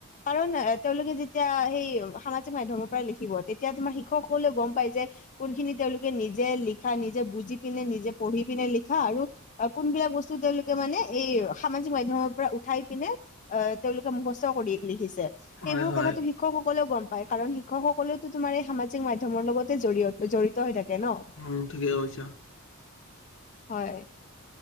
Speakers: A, on the left (about 35°); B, on the left (about 60°).
A: কাৰণ তেওঁলোকে যে তেতিয়া সেই সামাজিক মাধ্যমৰ পৰাই লিখিব তেতিয়া তোমাৰ শিক্ষকসকলেও গম পাই যে কোনখিনি তেওঁলোকে নিজ নিজে লিখা নিজে বুজি পিনে নিজে পঢ়ি পিনে লিখা আৰু কোনবিলাক বস্তু তেওঁলোকে মানে এই সামাজিক মাধ্যমৰ পৰা উঠাই পিনে আ তেওঁলোকে মুখস্থ কৰি লিখিছে সেইবোৰ
B: হয় হয়
A: কথাটো শিক্ষক সকলেও গম পায় কাৰণ শিক্ষকসকলেটো তোমাৰ এই সামাজিক মাধ্যমৰ লগতে জড়িয়তে জড়িত হৈ থাকে ন
B: উম ঠিকেই কৈছা
A: হয়।